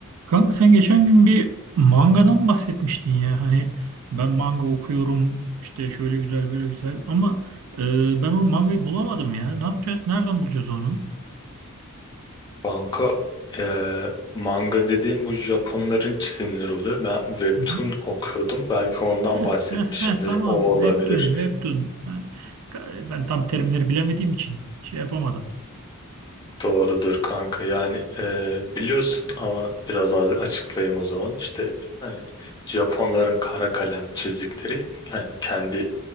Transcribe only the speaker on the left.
Banka eee, manga dediğim bu Japonların çizimleri oluyor. Ben webtoon
okuyordum. Belki ondan
bahsetmişimdir.
O olabilir.
Doğrudur kanka. Yani eee, biliyorsun ama biraz az açıklayayım o zaman. İşte hani Japonların kara kalem çizdikleri yani kendi